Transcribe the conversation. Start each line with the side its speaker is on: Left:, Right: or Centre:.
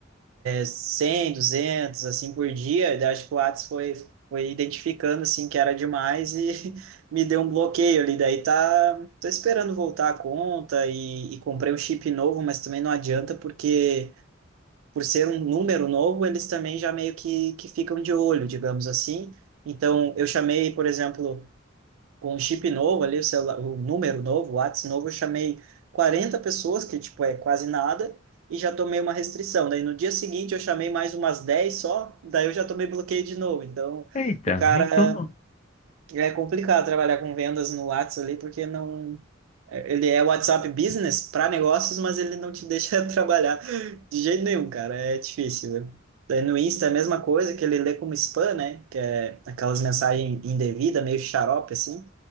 Right: 100, 200, assim por dia. Daí acho que o Whats foi, foi identificando assim que era demais e <laughs> me deu um bloqueio ali. Daí tá, tô esperando voltar a conta e, e comprei um chip novo, mas também não adianta porque por ser um número novo, eles também já meio que, que ficam de olho, digamos assim. Então eu chamei, por exemplo, com o chip novo ali, o, celular, o número novo, o WhatsApp novo, eu chamei 40 pessoas, que tipo é quase nada, e já tomei uma restrição. Daí no dia seguinte eu chamei mais umas 10 só, daí eu já tomei bloqueio de novo. Então
Left: Eita,
Right: o cara
Left: então não.
Right: é complicado trabalhar com vendas no WhatsApp ali, porque não. é, Ele é WhatsApp Business para negócios, mas ele não te deixa <laughs> trabalhar de jeito nenhum, cara. É difícil, né? Daí no Insta é a mesma coisa que ele lê como spam, né? Que é aquelas mensagens indevidas, meio xarope, assim.